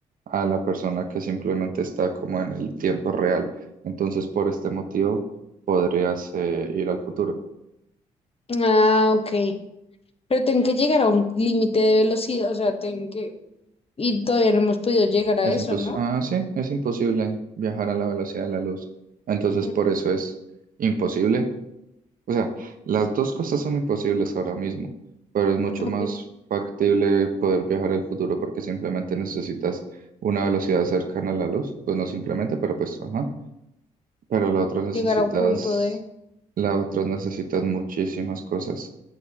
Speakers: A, on the right; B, on the left.
A: A la persona que simplemente está como en el tiempo real. Entonces, por este motivo, podrías eh, ir al futuro.
B: Ah, ok. Pero tengo que llegar a un límite de velocidad, o sea, tengo que... Y todavía no hemos podido llegar a
A: Es
B: eso,
A: impos-
B: ¿no?
A: ah, sí, es imposible viajar a la velocidad de la luz. Entonces,
B: Mm.
A: por eso es imposible O sea, las dos cosas son imposibles ahora mismo, pero es mucho
B: Ok.
A: más factible poder viajar al futuro porque simplemente necesitas una velocidad cercana a la luz, pues no simplemente, pero pues ajá, pero la otra necesitas,
B: Llegar a un punto de...
A: la otra necesitas muchísimas cosas,